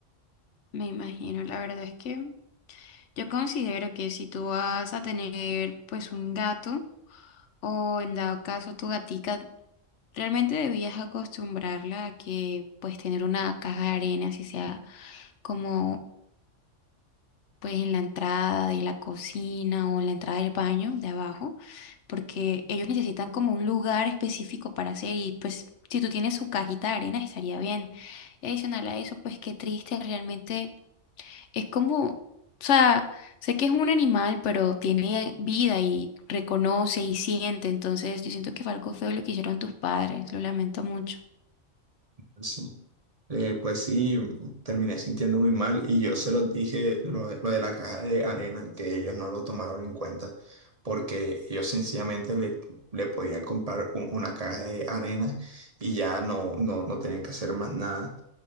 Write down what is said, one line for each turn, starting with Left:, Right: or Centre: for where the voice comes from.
Left: Me imagino, la verdad es que yo considero que si tú vas a tener pues un gato o en dado caso tu gatica, realmente debías acostumbrarla a que pues tener una caja de arena, así sea. como pues en la entrada de la cocina o la entrada del baño de abajo, porque ellos necesitan como un lugar específico para hacer y pues si tú tienes su cajita de arena estaría bien. Y adicional a eso, pues qué triste, realmente es como, o sea, sé que es un animal, pero tiene vida y reconoce y siente, entonces yo siento que fue algo feo lo que hicieron tus padres, lo lamento mucho.
Right: Pues Sí. Eh, pues sí, terminé sintiendo muy mal y yo se los dije lo, de lo de la caja de arena, que ellos no lo tomaron en cuenta, porque ellos sencillamente le, le podían comprar un- una caja de arena y ya no, no, no tenían que hacer más nada,